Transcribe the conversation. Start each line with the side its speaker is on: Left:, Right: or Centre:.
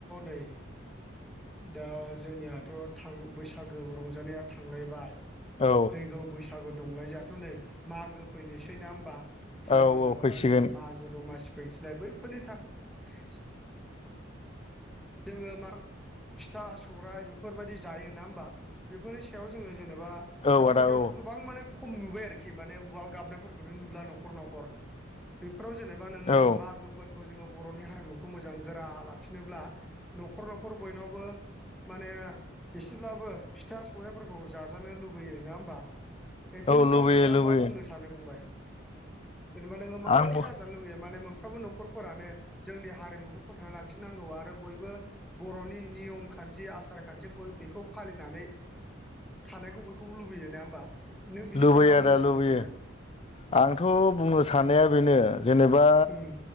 Centre: नै दा जोंनियाथ' थां बैसागो रंजानाया थांलायबाय
Left: औ
Centre: फैगौ बैसागु दंलाय जोङाथ' नै मागो फैनोसै नोङा होमबा? फुजा
Left: औ
Centre: मेला
Left: औ फैसिगोन
Centre: बारबानो जोंना मागो दमासि फैनोसैलाय बैफोरनि थाख जोङो मा फिथा सौराइ बेफोरबायदि जायो ना होमबा बेफोरनि सायाव जोङो जेनेब बा
Left: औ
Centre: दा
Left: आदा
Centre: बायदियावथ'
Left: औ
Centre: गोबां माने खम नुबाय आरोखि माने उवाल गाबनायफोरखौनो नुला न'खर न'खर बे फोराव जेनेबा नोङो
Left: औ
Centre: मागोफोरखौ जोङो बर'नि हारिमुखौ मोजां गोरा लाखिनोब्ला न'खर न'खर बयनावबो माने एसेब्लाबो फिथा सौराइफोरखौ जाजानो लुबैयो। नोङा होमबा? बेफोरनि
Left: औ
Centre: सायाव
Left: लुबैयो
Centre: नोङो
Left: लुबैयो
Centre: मा बुंनो सानो फंबाय? जेनेबा नोङो माबादि
Left: आंबो
Centre: जाजानो लुुबै माने मो फ्रोमबो न'खरफोरानो जोंनि हारिमुखौ फोथांना लाखिनांगौ आरो बयबो बर'नि नियम खान्थि आसार खान्थि बय बेखौ फालिनानै थानायखौ बयखौबो लुबैयो। नोङा होमबा? नों बिनि
Left: लुबैयो
Centre: सायाव मा बुंनो
Left: आदा
Centre: सानो
Left: लुबैयो
Centre: फंबाय
Left: आंथ' बुंनो साननाया बेनो जेनेबा
Centre: उम